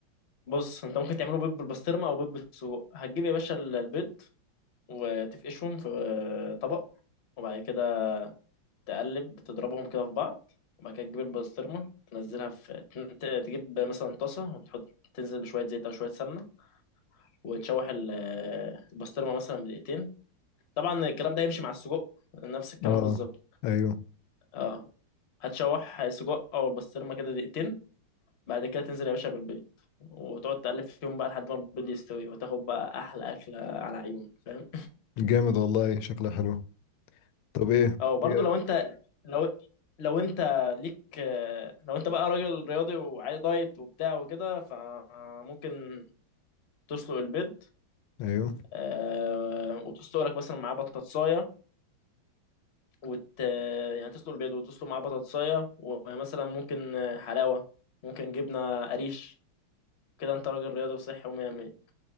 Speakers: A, on the left; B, on the left.
A: بص انت ممكن تعمله بيض بالبسطرمة او بيض بالسجق هتجيب يا باشا ال- البيض وتفقشهم في طبق وبعد كده تقلب تضربهم كده في بعض وبعد كده تجيب البسطرمة تنزلها في ت- تجيب مثلا طاسة وتحط تنزل بشوية زيت أو شوية سمنة وتشوح ال- البسطرمة مثلا بدقيقتين طبعا الكلام ده هيمشي مع السجق نفس الكلام
B: اه
A: بالظبط
B: ايوه
A: اه هتشوح سجق او البسطرمه كده دقيقتين بعد كده تنزل يا باشا بالبيض وتقعد تقلب فيهم بقى لحد ما البيض يستوي وتاخد بقى احلى اكله على عيونك فاهم
B: جامد والله شكلها حلو طب ايه
A: اه برضو
B: إيه؟
A: لو انت لو لو انت ليك لو انت بقى راجل رياضي وعايز دايت وبتاع وكده فممكن تسلق البيض
B: ايوه
A: آه، وتسلق لك مثلا معاه بطاطسايه وت يعني تسلق البيض وتسلق معاه بطاطسايه ومثلا ممكن حلاوه ممكن جبنه قريش كده انت راجل رياضي وصحي ومية مية